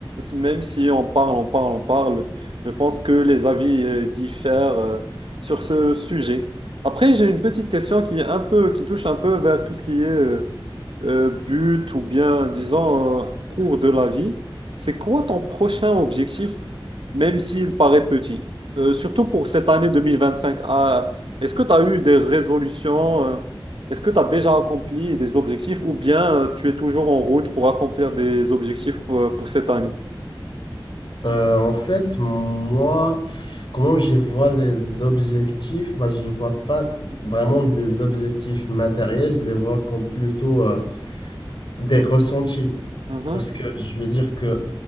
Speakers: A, on the right (about 75°); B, on the left (about 65°).
A: même si on parle, on parle, on parle, je pense que les avis euh, diffèrent euh, sur ce sujet. Après, j'ai une petite question qui est un peu, qui touche un peu vers tout ce qui est euh, euh, but ou bien, disons, euh, cours de la vie. C'est quoi ton prochain objectif, même s'il paraît petit? Euh, surtout pour cette année 2025. Ah, est-ce que tu as eu des résolutions? euh, est-ce que tu as déjà accompli des objectifs ou bien euh, tu es toujours en route pour accomplir des objectifs euh, pour cette année?
B: Euh, en fait, moi, comment je vois les objectifs? Bah, je ne vois pas vraiment des objectifs matériels, je les vois comme plutôt euh, des ressentis.
A: Mhm.
B: Parce que je vais dire que